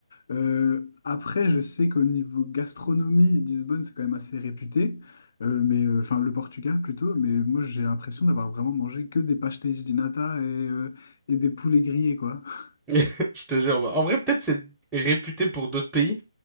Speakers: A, on the left; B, in the centre.
A: Euh, après, je sais qu'au niveau gastronomie, Lisbonne, c'est quand même assez réputé, Euh, mais euh, enfin le Portugal plutôt. Mais moi, j'ai l'impression d'avoir vraiment mangé que des pastéis de nata et, euh, et des poulets grillés, quoi. <laughs>
B: <laughs> Je te jure. bah, En vrai, peut-être c'est réputé pour d'autres pays,